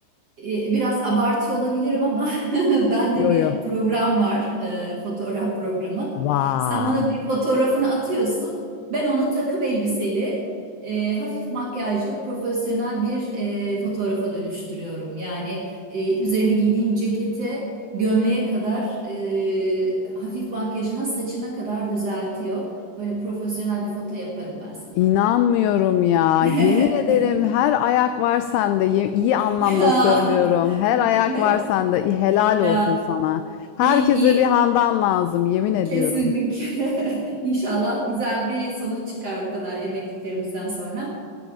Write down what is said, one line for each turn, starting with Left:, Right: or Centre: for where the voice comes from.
Right: E, Biraz abartıyor olabilirim ama <laughs> bende
Left: Yo
Right: bir
Left: yo.
Right: program var, e, fotoğraf programı.
Left: Vaa.
Right: Sen bana bir fotoğrafını atıyorsun, ben onu takım elbiseli, e, hafif makyajlı, profesyonel bir e, fotoğrafa dönüştürüyorum. Yani e, üzerine giydiğin cekete, gömleğe kadar, e, hafif makyajına, saçına kadar düzeltiyor. Böyle profesyonel bir foto yaparım ben sana.
Left: İnanmıyorum ya.
Right: <laughs>
Left: Yemin ederim her ayak var sende. Ye- iyi anlamda
Right: Ya,
Left: söylüyorum. Her ayak
Right: <laughs>
Left: var sende. İyi, Helal
Right: ya.
Left: olsun sana. Herkese
Right: İyi, iyi,
Left: bir Handan lazım. Yemin ediyorum.
Right: Kesinlikle. <laughs> İnşallah güzel bir sonuç çıkar bu kadar emeklerimizden sonra.